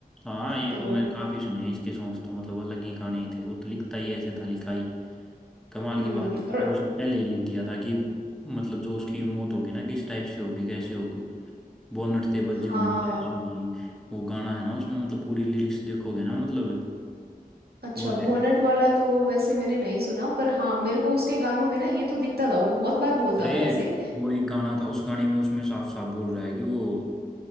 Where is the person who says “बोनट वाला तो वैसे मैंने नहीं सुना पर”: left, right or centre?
Right